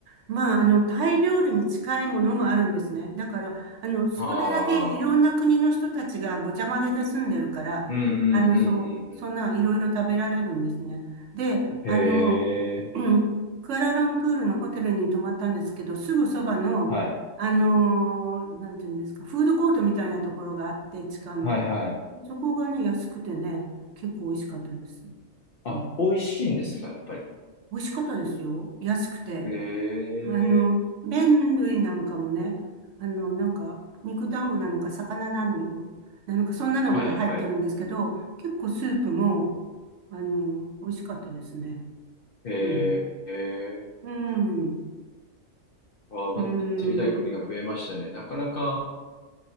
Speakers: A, on the right; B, on the left.
A: まあ、あの、タイ料理に近いものもあるんですね。だから、あの、それだけいろんな国の人たちがごちゃ混ぜで住んでるから、
B: ああ、うんうんうんうん
A: あの、そ、そんないろいろ食べられるんですね。で、
B: うん。へ
A: あの、
B: え、
A: うん、クアラルンプールのホテルに泊まったんですけど、すぐそばの、
B: はい、
A: あの、なんていうんですか、フードコートみたいなところがあって、地下の。
B: はい、はい。
A: そこがね、安くてね、結構美味しかったです。
B: あ、
A: うん。
B: 美味しいんですか、やっぱり。
A: 美味しかったですよ。安くて。
B: ええ
A: あの、麺類なんかもね、あの、なんか、肉団子なのか、魚なの、なのか、そんなのが入ってるんですけど、
B: はいはい。
A: 結構スープも、あの、美味しかったですね。
B: えー、
A: うん。
B: え
A: うん。
B: ー、あー、ま、
A: うん。
B: 行ってみたい国が増えましたね。なかなか